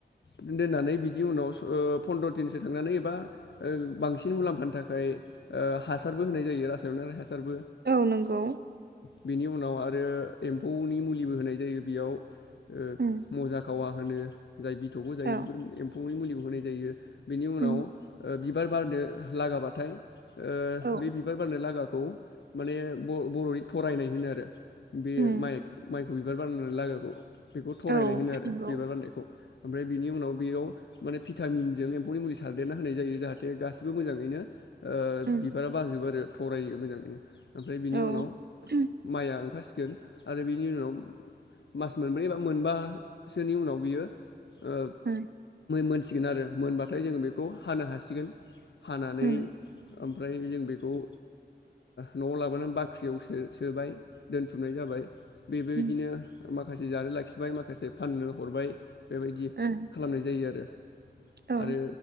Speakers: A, on the left; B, on the right.
A: दोननानै बिनि उनाव ओ फन्द्र दिनसो थांनानै एबा बांसिन मुलाम्फानि थाखाय ओ हासारबो होनाय जायो रासायनारि हासारबो
B: औ नंगौ
A: बेनि उनाव आरो एम्फौनि मुलिबो होनाय दै बेयाव ओ
B: उम
A: मजा खवा फानो जाय बिथौबो जायो
B: औ
A: बेफोर <unintelligible> मुलिखौ होनाय जायो बिनि उनाव
B: उम
A: ओ बिबार बारनो लागाबाथाय ओ
B: औ
A: बे बिबार बारनाय लागा खौ माने बर' बर'नि थरायनाय होनो आरो बे
B: उम
A: माइक माइक बिबार बारनानै लागाखौ बेखौ थरायनाय
B: औ
A: होनो आरो
B: नंगौ
A: बिबार बारनायखौ ओमफ्राय बिनि उनाव बेयाव माने भिटामिनजों एम्फौनि मुलि सारदेरना होनाय जायो जाहाथे गासिबो मोजाङैनो ओ
B: उम
A: बिबारा बाराजोबो <unintelligible> थरायो मोजाङैनो ओमफ्राय बिनि
B: औ
A: उनाव
B: उम
A: माइआ गोन आरो बिनि उनाव मास मोनब्रै एबा मोनबासोनि उनाव बियो ओ
B: उम
A: मोन सिगोन आरो मोनबाथाय जोङो बेखौ हानो हासिगोन हानानै
B: उम
A: ओमफ्राय जों बेखौ ओ न'आव लाबोनानै बाख्रियाव सो सोबाय। दोनथुमनाय जाबाय बेबो
B: उम
A: नो माखासे जानो लाखिबाय माखासे फाननो हरबाय बेबायदि
B: उम
A: खालामनाय जायो आरो आरो
B: औ